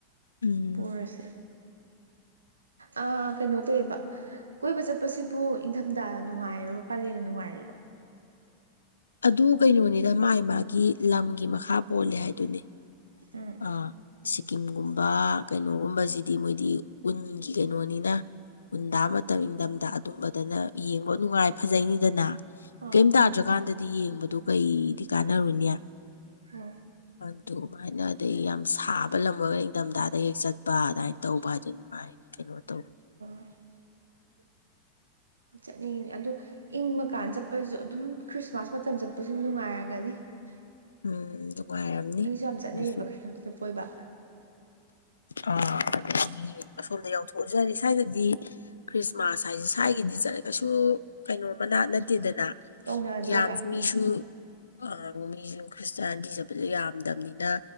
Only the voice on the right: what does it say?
ꯄꯨꯔꯁꯦ ꯑ ꯀꯩꯅꯣ ꯇꯧꯋꯦꯕ ꯀꯣꯏꯕ ꯆꯠꯄꯁꯤꯕꯨ ꯏꯪꯊꯝꯊꯥꯅ ꯅꯨꯡꯉꯥꯏꯔꯣ ꯀꯥꯂꯦꯟꯅ ꯅꯨꯡꯉꯥꯏꯔꯤꯔꯣ
ꯎꯝ
ꯑꯥ
ꯑꯣ
<inaudible> ꯆꯠꯅꯤꯡꯉꯤꯅꯤ ꯑꯗꯨ ꯏꯪꯕꯀꯥꯟ ꯆꯠꯄꯗꯁꯨ ꯑꯗꯨꯝ ꯈ꯭ꯔꯤꯁꯃꯥꯁ ꯃꯇꯝ ꯆꯠꯄꯁꯨ ꯑꯗꯨꯝ ꯅꯨꯡꯉꯥꯏꯔꯝꯒꯅꯤ <inaudible>
ꯃꯤꯁꯨ ꯌꯥꯝ ꯆꯠꯅꯩꯌꯦꯕ
<unintelligible> ꯀꯣꯏꯕ
ꯇꯧꯅꯗ꯭ꯔꯦꯕ
ꯎꯝ